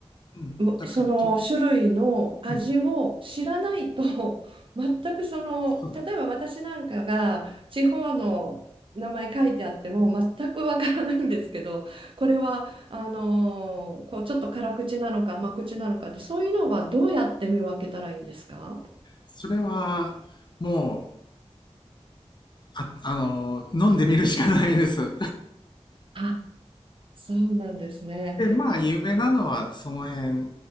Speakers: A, on the left; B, on the right.
A: うん。
B: うその種類の味を知らないと
A: だから、と、うん。
B: <laughs> 全くその例えば私なんかが地方の名前書いてあっても全くわからないんですけどこれはあのーこうちょっと辛口なのか甘口なのかってそういうのはどうやって見分けたらいいんですか
A: そうだ。それは、もう、あ、あの、飲んでみるしかないです。
B: あ、そうなんですね。
A: <laughs> で、まあ、有名なのはその辺